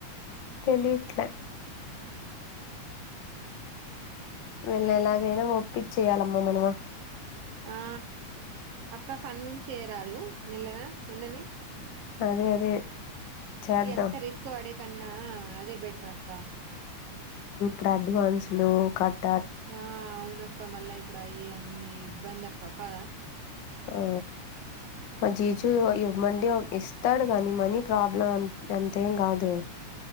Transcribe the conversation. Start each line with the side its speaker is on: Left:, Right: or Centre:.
Left: తెలీట్లే వీళ్ళని ఎలాగైనా ఒప్పించేయాలమ్మా మనం
Right: ఆ అక్క కన్విన్స్ చేయరాదు మెల్లగా మిల్లని
Left: అదే అదే చేద్దాం
Right: ఎంత రిస్క్ వాడేకన్నా అదే బెటర్ అక్క
Left: ప్రాబ్లమ్స్ లో కట్
Right: ఆ అవునక్క మళ్ళా ఇప్పుడు అయి అన్ని ఇబ్బంది అక్క కాదా
Left: ఆ మా జీజు ఏమండి ఇస్తాడు కాని మనీ ప్రాబ్లం అంతేం కాదు